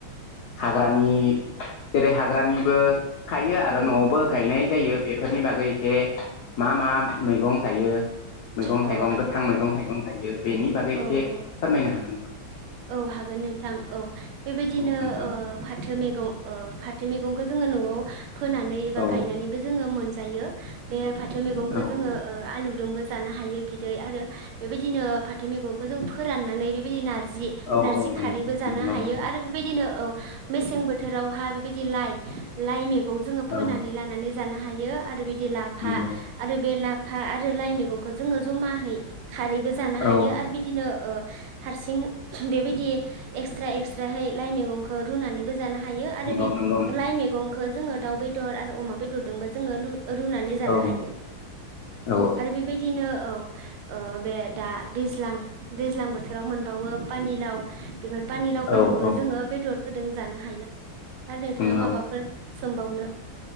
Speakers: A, on the left; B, on the right.
A: हाग्रानि जेरै हाग्रानिबो खायो आरो
B: औ
A: न'आवबो गायनाय जायो बेफोरनि बागै एसे मा मा मैगं जायो मैगं
B: अ
A: थाइगं गोथां मैगं थाइगं थायो बेनि बागै
B: औ
A: एसे
B: औ
A: फोरमायनो हागोन। <inaudible>
B: औ हागोन नोंथां औ बेबायदिनो
A: औ नोंथां
B: ओ फाथो मैगं ओ फाथो मैगं जोंङो न'आव फोनानै बा
A: औ
B: गायनानैबो जोंङो मोनजायो बे फा थो मैगंखौ
A: औ
B: जोङो ओ आलुजोंबो जानो हायो बिदै आरो बेबायदिनो फाथो मैगंखौ जों फोराननानै बेबायदि नारजि नारजि
A: औ औ नंगौ
B: खारैबो जानो
A: नंगौ
B: हायो
A: नंगौ
B: आरो बेबादिनो औ मेसें बो थोरावहा बेबायदि लाइ लाइ मैगं जोङो फोनानै
A: औ
B: लानानै जानो हायो आरो बे लाफा
A: नंगौ
B: आरो बे लाफा आरो लाइ मैगंखो जोङो जमाहै खारैबो जा हायो
A: औ
B: आरो बिदिनो ओ हारसिं बेबायदि एक्सट्रा एक्सट्राहै लाइ मैगंखौ रुनानैबो ज जानो हायो आरो
A: नंगौ
B: बे
A: नंगौ नंगौ
B: लाइ मैगंखो जोङो दाउ बेदर आरो अमा बेदरजोंबो जोङो रुनानै जानो
A: औ
B: हायो
A: औ
B: आरो बेबायदिनो औ ओ बे दा दैज्लां दैज्लां बोथोराव मोनबावो पानिलाव बेफोर पानिलावफोरखौबो
A: औ औ
B: जोङो बेदर फोदों जानो हाय <unintelligible> नोंथाङा
A: नंगौ
B: माबाफोर सोमबावनो